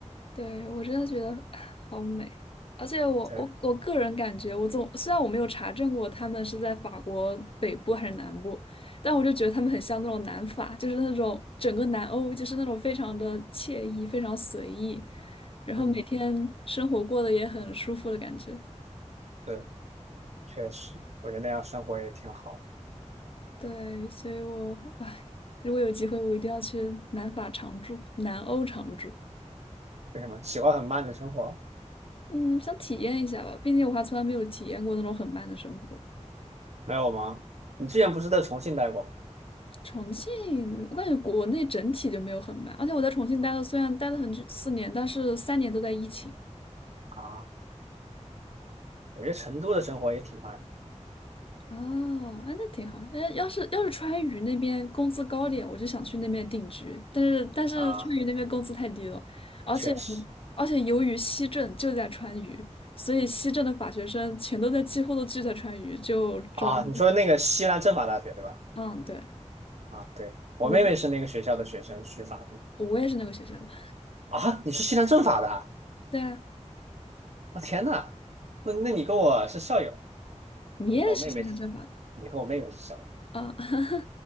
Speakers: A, on the left; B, on the right.
A: 对，我真的觉得啊好美，而且我我我个人感觉，
B: 对，
A: 我总虽然我没有查证过他们是在法国北部还是南部，但我就觉得他们很像那种南法，就是那种整个南欧就是那种非常的惬意、非常随意，然后每天生活过得也很舒服的感觉。
B: 嗯，对，确实，我觉得那样生活也挺好。
A: 对，所以我唉，如果有机会，我一定要去南法常住、南欧常住，
B: 为什么喜欢很慢的生活？
A: 嗯，想体验一下吧，毕竟我还从来没有体验过那种很慢的生活。
B: 没有吗？你之前不是在重庆待过吗？
A: 重庆，我感觉国内整体就没有很慢，而且我在重庆待了，虽然待了很久四年，但是三年都在疫情。
B: 啊，我觉得成都的生活也挺慢的
A: 哦，哎那挺好。哎，要是要是川渝那边工资高点，我就想去那边定居。但是但是川渝那边工资太低了，
B: 啊，
A: 而且
B: 确实
A: 而且由于西政就在川渝，所以西政的法学生全都在几乎都聚在川渝，就找工作。
B: 啊。你说那个西南政法大学对吧？
A: 嗯，对，
B: 啊，对，我妹妹是那个学校的学生，
A: 我就
B: 学法律
A: 我也是那个学校的。
B: 啊。你是西南政法的啊？
A: 对啊，
B: 啊天呐，那那你跟我是校友，
A: 你也是现在政法的
B: 你和我妹妹，你和我妹妹是校友。
A: 啊 <laughs>